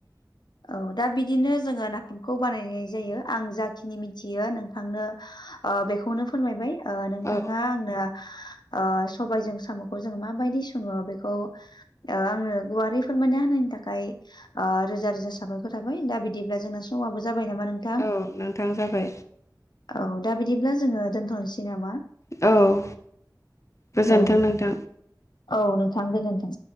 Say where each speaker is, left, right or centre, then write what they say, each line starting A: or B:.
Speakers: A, on the left; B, on the left.
A: औ दा बिदिनो जोङो नाफामखौ बानायनाय जायो आं जाखिनि मिथियो नोंथांनो ओ बेखौनो फोरमायबाय नोंथाङा
B: औ
A: आंनो आ सबायजों साम'खौ जों माबायदि सङो बेखौ ओ आंनो गुवारै फोरमायना होनायनि थाखाय आ रोजा रोजा साबायफोर थाबाय दा बिदिब्ला जोंना समाबो जाबाय नामा नों
B: औ नोंथां जाबाय
A: औ दा बिदिब्ला जोङो दोनथ'नोसै नामा
B: औ गोजोन्थों
A: औ
B: नोंथां
A: औ नोंथां गोजोनथों